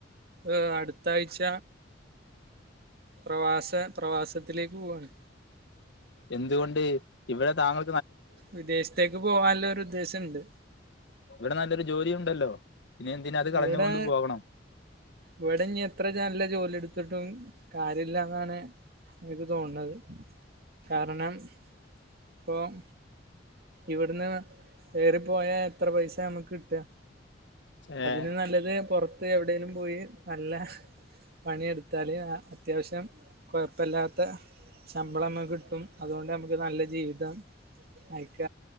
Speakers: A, on the right; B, on the left.
A: ഏഹ് അടുത്താഴ്ച്ച പ്രവാസ പ്രവാസത്തിലേക്ക് പോവാണ്.
B: എന്തുകൊണ്ട് ഇവിടെ താങ്ക
A: വിദേശത്തേക്ക് പോകാല്ലൊരു ഉദ്ദേശെണ്ട്.
B: ഇവിടെ നല്ലൊരു ജോലി ഉണ്ടല്ലോ പിന്നെ എന്തിന അത് കളഞ്ഞുകൊണ്ട്
A: ഇവിടേ
B: പോകണം
A: ഇവിടെ ഇനി എത്ര നല്ല ജോലി എടുത്തിട്ടും കാര്യില്ലാന്നാണ് എനിക്ക് തോന്നണത് കാരണം ഇപ്പോം ഇവിടുന്ന് കയറിപ്പോയാ എത്ര പൈസാ നമുക്ക് കിട്ടാ
B: ഏഹ്
A: അതിലും നല്ലത് പൊറത്ത് എവിടേലും പോയി നല്ല പണിയെടുത്താല് അത്യാവശ്യം കൊഴപ്പില്ലാത്ത ശമ്പളം അമ്മ്ക്ക് കിട്ടും അതുകൊണ്ട് നമുക്ക് നല്ല ജീവിതം ക്ക